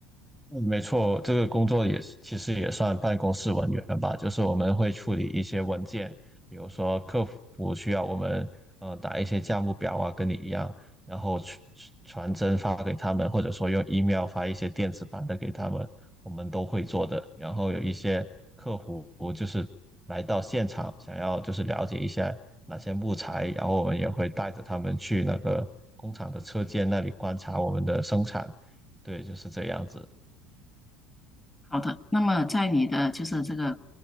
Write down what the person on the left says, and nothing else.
好的，那么在你的就是这个